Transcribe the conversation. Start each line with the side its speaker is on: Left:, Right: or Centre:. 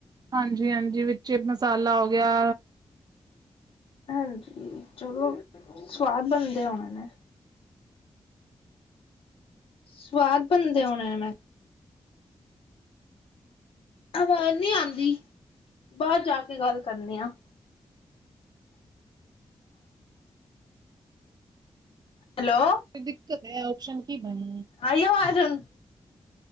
Right: ਹਾਂਜੀ- ਹਾਂਜੀ ਵਿੱਚ ਮਸਾਲਾ ਹੋ ਗਿਆ
Left: ਹਾਂਜੀ ਚਲੋ ਸਵਾਦ ਬਨਦੇ ਹੋਨੇ ਨੇ। ਸਵਾਦ ਬਣਦੇ ਹੋਣੇ ਮੈਂ ਕਿਹਾ ਆਵਾਜ਼ ਨੀ ਆਂਦੀ ਬਾਰ ਜਾ ਕੇ ਗੱਲ ਕਰਨੀ ਆ। ਹੈਲੋ।
Right: ਫਿਰ ਦਿੱਕਤ ਐ ਓਪਸ਼ਨ ਕੀ ਬਣ
Left: ਆਈਓ ਆਵਾਜ ਹੁਣ?